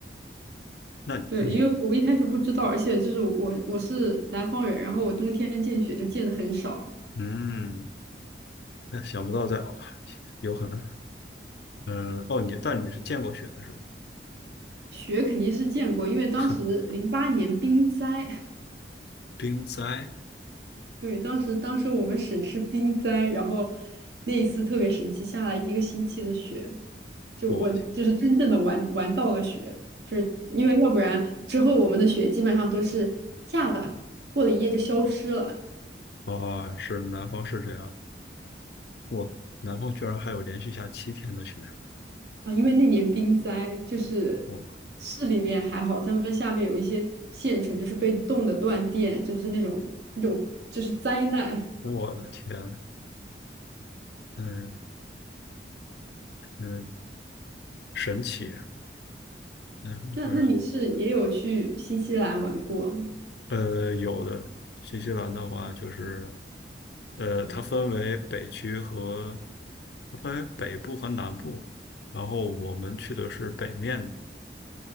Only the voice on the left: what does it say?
那你，
嗯，那想不到在哦，有可能，嗯，哦，你但你是见过雪的是吧？
<laughs>
冰灾，
我去，
哦，是南方是这样，我南方居然还有连续下七天的雪，
我
我的天，嗯嗯，神奇，南方居然
呃有的，新西兰的话就是呃它嗯分为北区和它分为北部和南部，然后我们去的是北面，